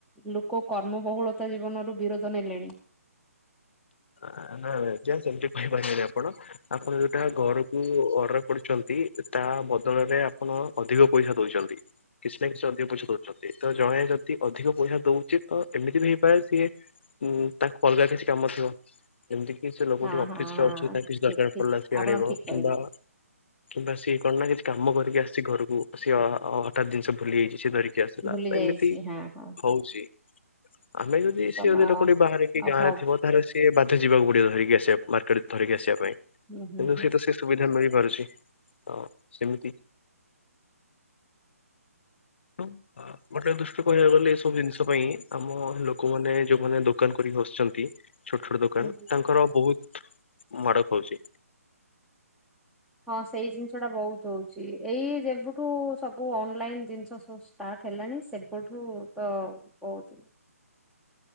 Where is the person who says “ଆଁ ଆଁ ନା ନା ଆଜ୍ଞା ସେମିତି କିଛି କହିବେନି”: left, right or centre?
Left